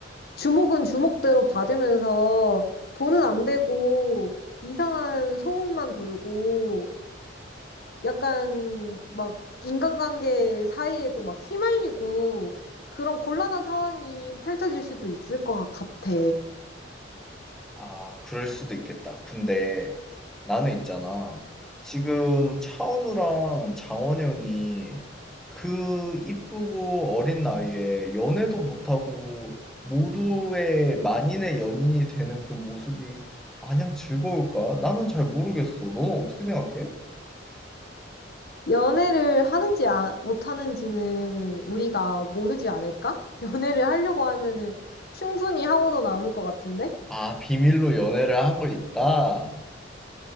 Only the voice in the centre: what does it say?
아, 그럴 수도 있겠다. 근데 나는 있잖아. 지금 차은우랑 장원 영이 그 이쁘고 어린 나이에 연애도 못하고 모두의 만인의 연인이 되는 그 모습이 마냥 즐거울까? 나는 잘 모르겠어. 너는 어떻게 생각해?
아, 비밀로 연애를 하고 있다?